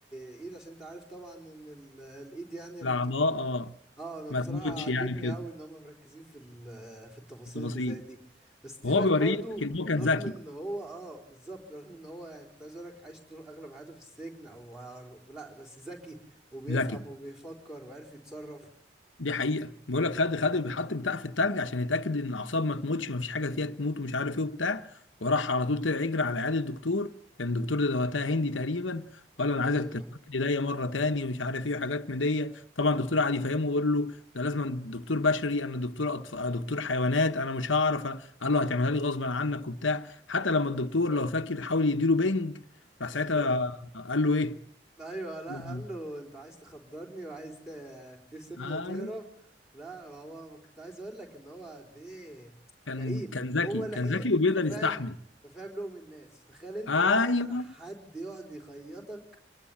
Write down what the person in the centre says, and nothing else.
ايد عشان انت عارف طبعا ان ال... الايد يعني لما
بتبقى في ال...
اه انا
بصراحه
عاجبني
قوي ان هم مركزين في ال... في التفاصيل
اللي زي دي بس تي
باك
برضو
رغم
ان هو اه بالظبط رغم ان هو يعني كنت عايز اقول لك عايش طول اغلب حياته في السجن او لا بس ذكي وبيفهم
وبيفكر وعارف يتصرف
ايوه
<laughs>
ايوه لا
قال
له انت عايز تخدرني وعايز ت- تسيبني
وتهرب
لا ما هو ما كنت عايز اقول لك ان هو قد ايه
لئيم
هو لئيم
ففاهم
ففاهم لقم الناس تخيل انت
بقى حد يقعد يخيطك